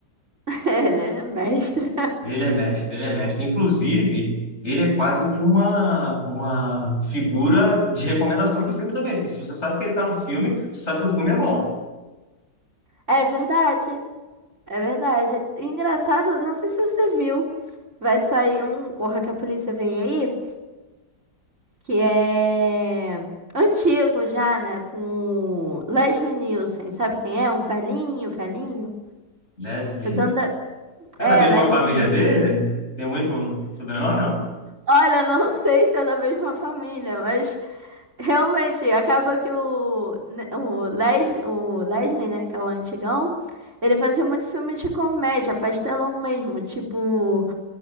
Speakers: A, on the right (about 40°); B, on the left (about 40°).
A: <laughs> Ele é mestre.
B: Ele é mestre, ele é mestre. Inclusive, ele é quase que uma uma figura de recomendação de filme também, porque se você sabe que ele está no filme, você sabe que o filme é bom.
A: É verdade, é verdade. Engraçado, não sei se você viu, vai sair um Corra que a Polícia Vem Aí, que é antigo já, né? Com o Leslie Nielsen, sabe quem é? Um velhinho, velhinho.
B: Leslie
A: Você não deve...
B: é
A: É,
B: da mesma
A: Legioninhas.
B: família dele? Tem o mesmo sobrenome, não?
A: Olha, não <laughs> sei se é da mesma família, mas realmente acaba que o, né, o, Les, o Leslie, né, que é o antigão, ele fazia muito filme de comédia, pastelão mesmo, tipo